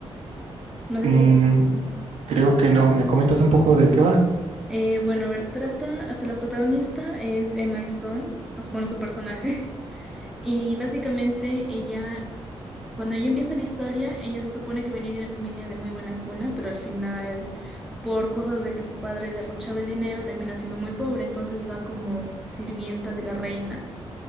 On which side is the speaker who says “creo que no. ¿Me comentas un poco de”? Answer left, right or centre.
Right